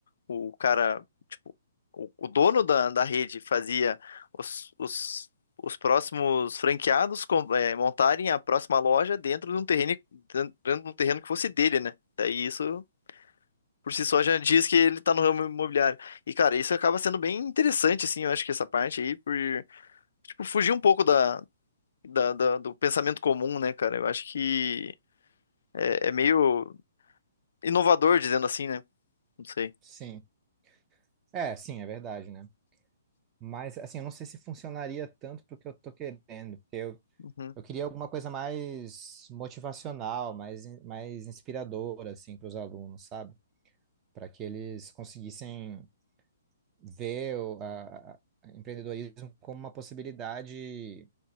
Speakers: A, on the left; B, on the right.
A: o cara, tipo, o, o dono da, da rede fazia os, os, os próximos franqueados com- eh, montarem a próxima loja dentro de um terreno, dentro de um terreno que fosse dele, né? Daí isso por si só já diz que ele tá no ramo imobiliário. E, cara, isso acaba sendo bem interessante, assim, eu acho que essa parte aí, por, tipo, fugir um pouco da. da- da- do pensamento comum, né, cara? Eu acho que é, é meio inovador, dizendo assim, né? Não sei.
B: Sim. É, sim, é verdade, né? Mas, assim, eu não sei se funcionaria tanto porque eu tô querendo, porque eu,
A: Uhum,
B: eu queria alguma coisa mais motivacional, mais, mais inspiradora, assim, para os alunos, sabe? Para que eles conseguissem ver o a- a empreendedorismo como uma possibilidade